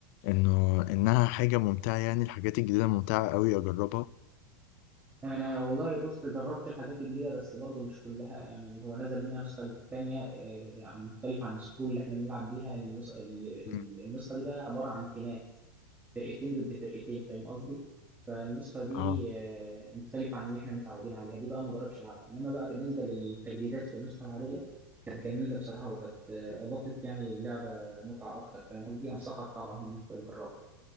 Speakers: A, on the left; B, on the right.
A: انه انها حاجه ممتعه يعني الحاجات الجديده ممتعه قوي اجربها
B: انا والله بص جربت الحاجات الجديده بس برضه مش كلها يعني هو نزل منها نسخه تانية آه، يعني مختلفه عن السكرول اللي احنا بنلعب بيها النسخه ال- ال-
A: مم.
B: النسخه دي بقى عباره عن تيمات فرقتين ضد فرقتين فاهم قصدي فالنسخه دي
A: اه
B: آه، مختلفه عن اللي احنا متعودين عليها دي بقى ما جربتش العبها انما بقى بالنسبه للتجديدات في النسخه العاديه كانت جميله بصراحه وكانت آه، اضافت يعني اللعبه متعه اكتر فاهم قصدي انصحك طبعا انك تجربها